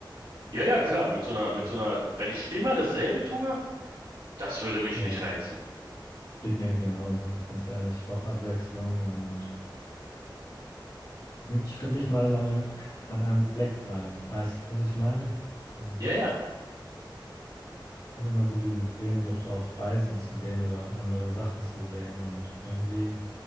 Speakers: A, on the right (about 75°); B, on the left (about 80°).
A: Ja, ja, klar, mit so einer, mit
B: Hm.
A: so einer, wenn ich immer dasselbe tue, das würde mich
B: Ja,
A: nicht reizen.
B: Geht mir genauso, ganz ehrlich. Ich brauche Abwechslung und ich könnte nicht mal lange an einem Fleck bleiben. Weißt du, was ich meine? So,
A: Ja,
B: ich
A: ja.
B: habe immer so die Sehnsucht, auch reisen zu gehen oder andere Sachen zu sehen. Und irgendwie